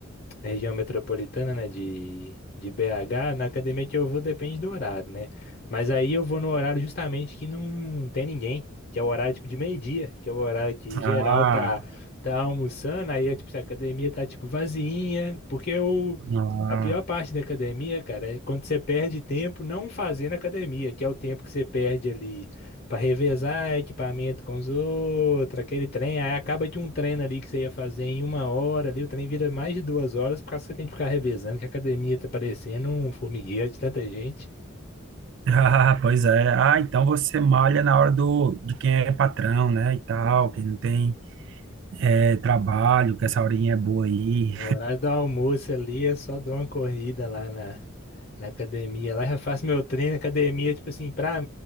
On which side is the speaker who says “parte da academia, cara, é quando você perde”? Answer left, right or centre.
Left